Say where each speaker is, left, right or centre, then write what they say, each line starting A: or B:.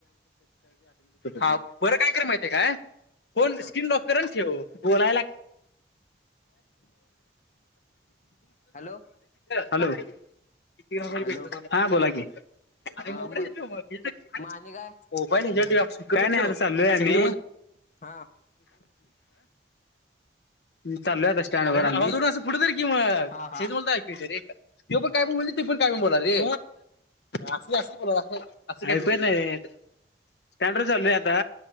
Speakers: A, on the left; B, on the left.
A: हा बर काय कर माहितेय काय. फोन
B: हा
A: स्क्रीन लॉक कर आणि ठेव बोलायला.
B: Hello
A: hello. ते तीन हजार दिलतो
B: हॅलो
A: हा बोला की. मोबाईल
B: हा मग म आणि काय
A: हेच्यावर ठेवूया काय नाही चाललोय आम्ही
B: हा.
A: चाललोय आता स्टँडवर आम्ही. कुठ तरी किंवा
B: हा हा
A: हेच बोलत ऐ ते पण काय बोल ते पण काय बोला रे. असच असच ऐकू नाही येत स्टँडवर चाललोय आता.